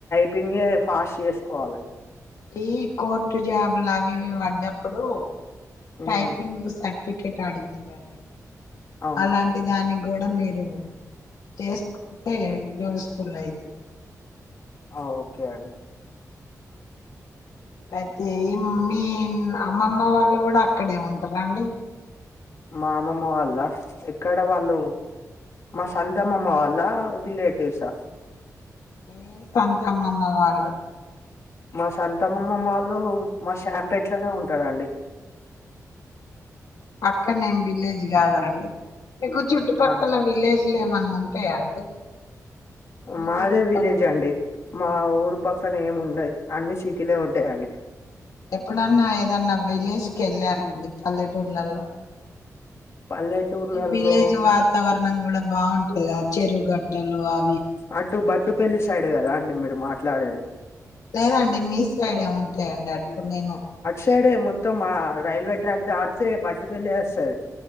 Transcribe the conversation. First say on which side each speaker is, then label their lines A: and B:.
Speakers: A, on the left; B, on the left.
A: పింగే ఫాస్ట్ చేసుకోవాల
B: ఈ కోర్టు జాబులు అవి ఇవు పడ్డప్పుడు టైపింగ్
A: మ్మ్
B: స ఫికేట్ అడుగుతురండి
A: ఆ
B: అలాంటి దానికి కూడా మీరు చేసుకుంటే యూస్ఫుల్ అయితు
A: ఆ ఓకే అండి
B: అయితే ఈ మీ అమ్మమ్మ వాళ్ళు కూడా అక్కడే ఉంటారా అండి
A: మా అమ్మమ్మ వాళ్ళ ఎక్కడ వాళ్ళు మా సంత అమ్మమ్మ వాళ్ళ రిలేటివ్సా ఆ
B: మీ సంత అమ్మమ్మ వాళ్ళు
A: మా సంత అమ్మమ్మ వాళ్ళు మా శాంపెట్లోనే ఉంటారండి
B: పక్కనే ఏం విలేజ్ కాదా అండి మీకు చుట్టుపక్కల
A: ఆ
B: విలేజ్ ఇల్లు ఏమన్నా ఉంటాయా అండి మీ
A: మాదే
B: ఊరు
A: విలేజ్
B: పక్క
A: అండి మా ఊరు పక్కన ఏమి ఉండయ్ అన్ని సిటీలే ఉంటాయండి
B: ఎప్పుడన్నా ఏదన్నా విలేజ్ కి వెళ్ళారా అండి పల్లెటూర్లలో
A: పల్లెటూర్లలో
B: ఏం విలేజ్ వాతావరణం కూడా బాగుంటది కదా చెరుగట్టలు అ
A: అటు బట్టుపల్లి సైడ్ కదా అండి మీరు మాట్లాడేది
B: లేదండి మీ సైడ్ ఎ ఉంటాయండి అటు నేను
A: ఇటుసైడే మొత్తం ఆ రైల్వే ట్రాక్ దాటితే బట్టుపల్లే వస్తది